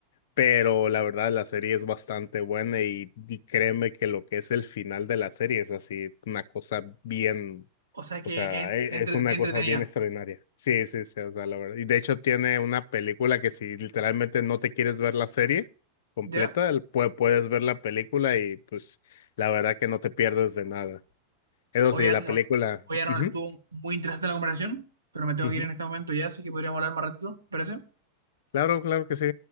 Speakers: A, on the left (about 55°); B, on the right (about 75°).
A: Pero la verdad, la serie es bastante buena y, y créeme que lo que es el final de la serie es así, una cosa bien,
B: O sea que
A: o sea,
B: en-
A: e-
B: entre-
A: es una
B: entretenida.
A: cosa bien extraordinaria. Sí, sí, sí, o sea, la verdad. Y de hecho tiene una película que si literalmente no te quieres ver la serie completa,
B: ¿Ya?
A: el- pue- puedes ver la película y pues la verdad que no te pierdes de nada. Eso
B: Oye,
A: sí,
B: Arnold,
A: la película.
B: oye, Arnold,
A: ujú,
B: estuvo muy interesante la comparación, pero me tengo
A: ujú.
B: que ir en este momento ya, así que podríamos hablar más ratito. ¿Te parece?
A: Claro, claro que sí.